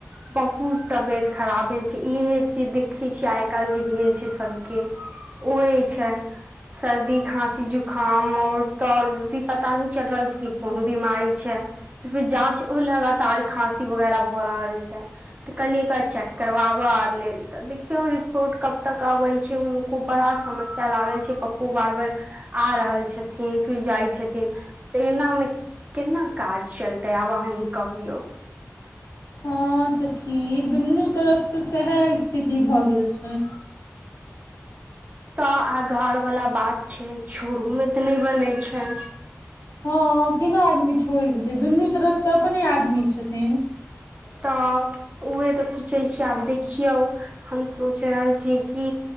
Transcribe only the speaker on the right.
बहुत तबियत खराब भेल छै इहे जे देखे छियै आइ काल्हि जे भेल छै सबके उहे छै सर्दी खाँंसी जुकाम और तदी पता नी चल रहल छै कि कोन बीमारी छै तऽ फेर जाँच लगातार खाँसी वगैरह भऽ रहल छै तऽ कहलियै कऽ चेक करबाबऽ आ लेल तऽ देखियौ रिपोर्ट कब तक अबै छै खूब बड़ा समस्या लागल छै पप्पू बार बेर आ रहल छथिन फिर जाइ छथिन तऽ एनामे केना काज चलतै आब अहीं कहियौ
तऽ आ घर वाला बात छै छोरू मे तऽ नहि बनै छै
तऽ उह तऽ सोचै छियै आब देखियौ हम सोचि रहल छीयै कि